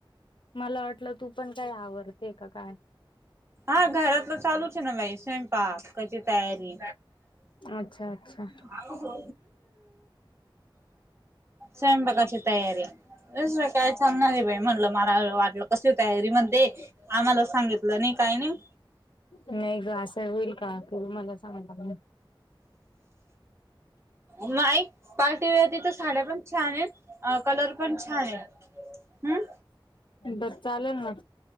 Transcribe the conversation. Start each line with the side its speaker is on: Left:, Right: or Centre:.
Left: मला वाटलं तू पण काय आवरते का काय.
Right: हा घरातल चालुच ये ना बाई स्व पाकाची तयारी
Left: अच्छा अच्छा
Right: हम् स्वयंपाकाची तयारी. काय चालणार आहे बाई म्हणलं मला वाटलं कस तयारी महनते. आम्हाला सांगितलं नाही काय नाही.
Left: नाही ग असं होईल का तू मला सांगीतल नाही.
Right: नाही पार्टी वर त तर साड्या पण छान आहे कलर पण छान आहे हम्
Left: बर चालल ना.